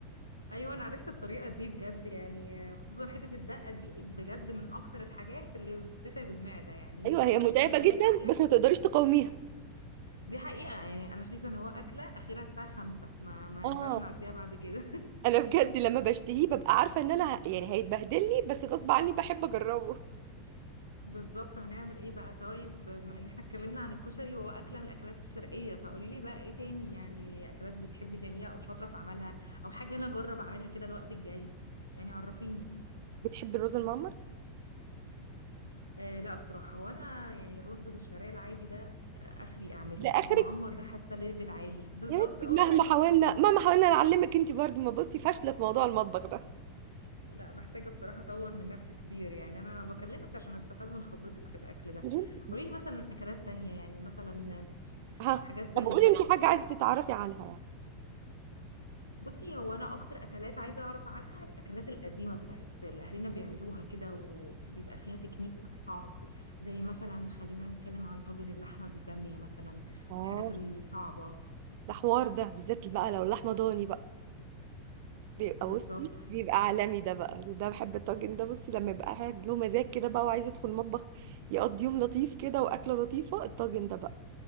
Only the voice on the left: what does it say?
ايوه انا عرفت الطريقه دي بجد يعني خصوصا حته الدقه دي بجد من اكتر الحاجات اللي بتتعب المعده يعني المفروض
الكشري
ده
يبقى اكله
دي حقيقه يعني انا شايفه ان هو اكله اخيرا الساعه 5 ما ما
ينفعش نعديها بعد كده
بالظبط هنعمل ايه بقى طيب بما ان احنا اتكلمنا عن الكشري وهو اكله من الاكلات الشرقيه فقولي لي بقى ايه تاني يعني اكلات بتحبي تعمليها او شاطره في عملها او حاجه انا اجرب اعملها كده الوقت الجاي يعني عرفيني
آه لا بصراحه هو انا يعني الرز بالشعريه العادي ده آه، اخري اعمله
المعمر ده حاسه ليفل عالي بالظبط
اه
ده اخري
<laughs> لا محتاجه بصراحه اطور من نفسي كتير يعني انا بكلمك عشان استفاد من خبرتك في الاكل ده
قولي لي مثلا اكلات تانية يعني مثلا
حاجات زي
بصي هو انا اكتر اكلات عايزه اعرف عنها الاكلات القديمه بتاعت اللي اهلنا بيعملوها كده وبيبقى فيها تكنيك صعب زي مثلا خلينا نتكلم عن طاجن اللحمه بالباميه مثلا من
الحاجات الصعبه
بالظبط